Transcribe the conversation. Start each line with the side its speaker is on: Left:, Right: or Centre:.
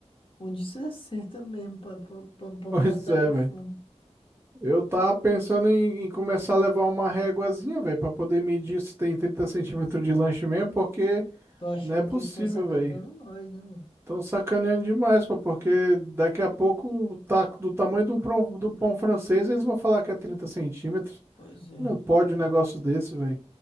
Left: um de <laughs> 60 mesmo, para pra, pra- pra
Right: Pois
Left: matar
Right: é,
Left: minha
Right: velho.
Left: fome.
Right: Eu tava pensando em, em começar a levar uma réguazinha, velho, pra poder medir se tem 30 centímetros de lanche mesmo, porque
Left: Tô achando
Right: não é possível,
Left: que eles estão sacaneando
Right: velho.
Left: nós, né, mano?
Right: Estão sacaneando demais, pô, porque daqui a pouco, tá do tamanho de um prom- do pão francês, eles vão falar que é 30 centímetros.
Left: Pois é.
Right: Não pode um negócio desse, velho.